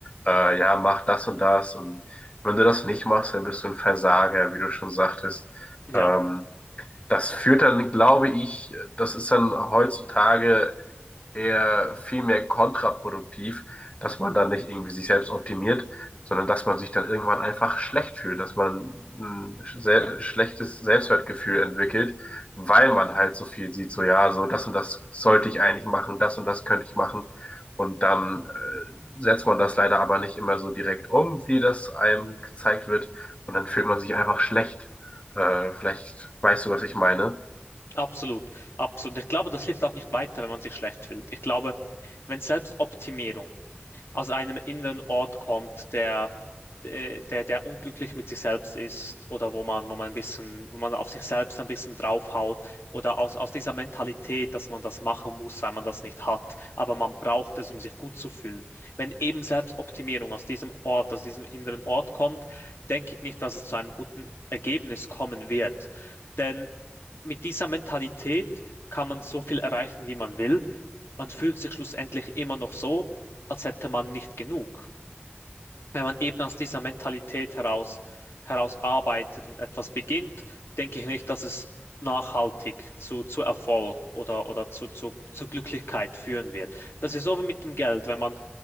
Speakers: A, on the left; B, on the left.
A: äh, ja, mach das und das und wenn du das nicht machst, dann bist du ein Versager, wie du schon sagtest.
B: Ja.
A: Ähm, das führt dann, glaube ich, das ist dann heutzutage eher viel mehr kontraproduktiv, dass man dann nicht irgendwie sich selbst optimiert, sondern dass man sich dann irgendwann einfach schlecht fühlt, dass man ein sehr schlechtes Selbstwertgefühl entwickelt, weil man halt so viel sieht, so ja, so das und das sollte ich eigentlich machen, das und das könnte ich machen. Und dann äh, setzt man das leider aber nicht immer so direkt um, wie das einem gezeigt wird. Und dann fühlt man sich einfach schlecht. Äh, vielleicht weißt du, was ich meine.
B: Absolut, absolut. Ich glaube, das hilft auch nicht weiter, wenn man sich schlecht fühlt. Ich glaube, wenn Selbstoptimierung aus einem inneren Ort kommt, der, der, der der unglücklich mit sich selbst ist oder wo man, wo man ein bisschen, wo man auf sich selbst ein bisschen draufhaut oder aus, aus dieser Mentalität, dass man das machen muss, weil man das nicht hat, aber man braucht es, um sich gut zu fühlen. Wenn eben Selbstoptimierung aus diesem Ort, aus diesem inneren Ort kommt, denke ich nicht, dass es zu einem guten Ergebnis kommen wird. Denn mit dieser Mentalität kann man so viel erreichen, wie man will man fühlt sich schlussendlich immer noch so, als hätte man nicht genug. Wenn man eben aus dieser Mentalität heraus, heraus arbeitet und etwas beginnt, denke ich nicht, dass es nachhaltig zu, zu Erfolg oder, oder zu, zu, zu Glücklichkeit führen wird. Das ist so wie mit dem Geld. Wenn man